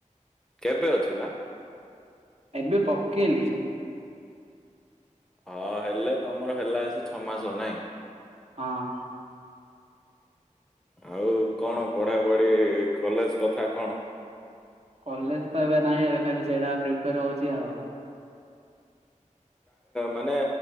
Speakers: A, in the centre; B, on the right.
A: କେବେ ଅଛି ବା?
B: ଏବେ ପକେଇଲି।
A: ହଁ ହେଲେ ତମର ହେଲା ଆ ଛଅ ମାସ ନାଇଁ
B: ହଁ
A: ଆଉ କଣ ପଢାପଢି କଲେଜ କଥା କଣ
B: କଲେଜ ତ ଏବେ ନହିଁ ଏବେ ଖାଲି ସେଇଟା ପ୍ରିପେୟାର ହଉଛି ଆଉ
A: ମାନେ